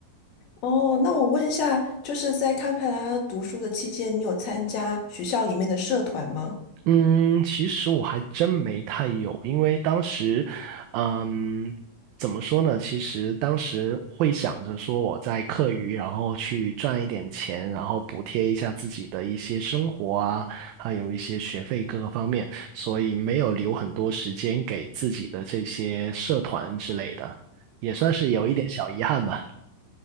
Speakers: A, on the left; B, on the right.
A: 哦，那我问一下，就是在堪培拉读书的期间，你有参加学校里面的社团吗？
B: 嗯，其实我还真没太有，因为当时，嗯，怎么说呢？其实当时会想着说我在课余，然后去赚一点钱，然后补贴一下自己的一些生活啊，还有一些学费各个方面，所以没有留很多时间给自己的这些社团之类的，也算是有一点小遗憾吧。